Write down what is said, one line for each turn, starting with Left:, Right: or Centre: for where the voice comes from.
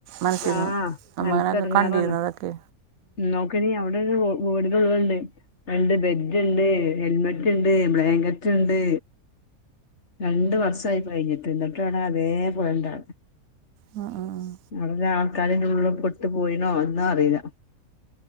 Right: മനസ്സിൽ
Left: ആഹ്
Right: നിന്ന് നമ്മൾ
Left: മനസ്സടെങ്ങേറാണ്
Right: അങ്ങനെയൊക്കെ കണ്ടിരുന്നതൊക്കെ
Left: നോക്കനി അവിടെ നി ഓടിനുള്ളത്ണ്ട് രണ്ട് ബെഡ്ഡ്ണ്ട് ഹെൽമെറ്റ്ണ്ട് ബ്ലാങ്കറ്റ്ണ്ട്. രണ്ട് വർഷായിപ്പോഴിഞ്ഞിട്ട് എന്നിട്ടാടാ അതേ പോലെണ്ടാട.
Right: അഹ് ആഹ് ആഹ്
Left: അവിടെള്ള ആൾക്കാരെ ഉള്ളിൽ പെട്ടു പോയിണോ എന്നൊന്നും അറിയില